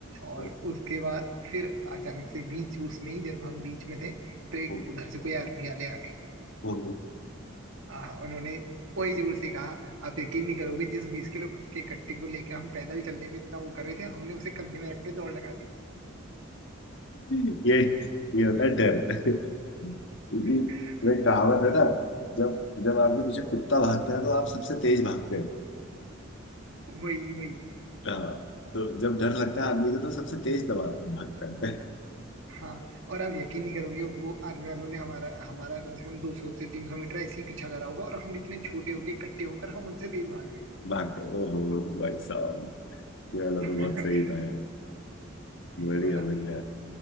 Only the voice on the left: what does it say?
हम्म,
हम्म,
हम्म।
<laughs> ये ये होता है डर क्योंकि
वो एक कहावत है ना जब जब आपके पीछे कुत्ता भागता है तो आप सबसे तेज भागते
हाँ, तो जब डर लगता है आदमी को तो सबसे तेज दवा भागता है
<laughs> भागते हैं। ओहो भाई साहब ये वाला तो
बहुत सही था यार
बढ़िया
बढ़िया